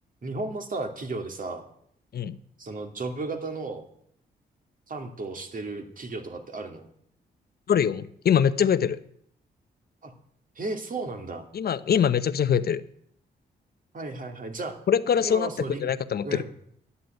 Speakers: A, on the right; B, on the left.
A: 日本のさ、企業でさ、
B: うん。
A: そのジョブ型の担当してる企業とかってあるの
B: あるよ。今めっちゃ増えてる。
A: あ、へえ、そうなんだ。
B: 今、今めちゃくちゃ増えてる。
A: はいはいはい。じゃあ、
B: これからそうなってくんじゃないかと思ってる。
A: 今はそのリン、うん。